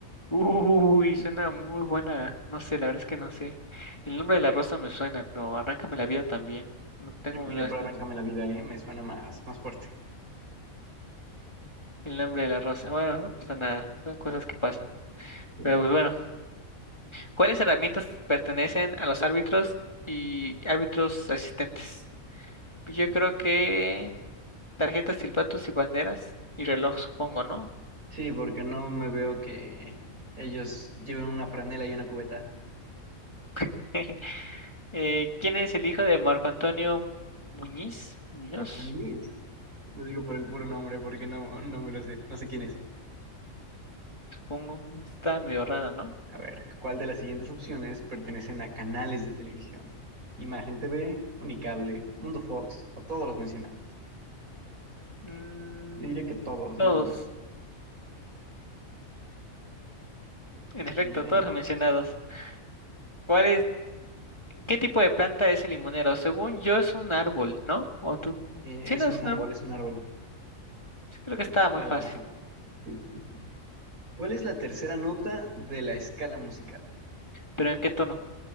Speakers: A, on the left; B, on the right.
A: Uy, suena muy buena. No sé, la verdad es que no sé. El nombre de la rosa me suena, pero arráncame la vida también. No tengo
B: Yo mira
A: nada
B: por
A: este-
B: Arráncame la vida, ¿eh? Me suena más, más fuerte.
A: el nombre de la rosa. Bueno, no pasa nada. Son cosas que pasan.
B: Sí.
A: Pero pues bueno, ¿cuáles herramientas pertenecen a los árbitros y árbitros asistentes? Yo creo que Tarjetas, silbatos y banderas y reloj, supongo, ¿no?
B: Sí, porque no me veo que ellos lleven una franela y una cubeta.
A: <laughs> Eh, ¿quién es el hijo de Marco Antonio Muñiz? Muñoz,
B: Jorge Muñiz. Lo digo por el puro nombre porque no, no me lo sé. No sé quién es.
A: supongo. Está medio rara, ¿no?
B: A ver, ¿cuál de las siguientes opciones pertenecen a canales de televisión? Imagen TV, Unicable, Mundo Fox o todos los mencionados.
A: Mm,
B: Yo diría que todos,
A: todos,
B: ¿no?
A: en efecto,
B: Bien.
A: todos los mencionados. ¿Cuál es, qué tipo de planta es el limonero? Según yo es un árbol, ¿no? ¿O tú?
B: Eh,
A: Sí,
B: es
A: no es
B: un árbol,
A: un árbol.
B: es un árbol.
A: Sí, creo que
B: Tienes
A: estaba
B: toda
A: muy fácil.
B: la razón. Sí, sí. sí. ¿Cuál es la tercera nota de la escala musical?
A: ¿Pero en qué tono?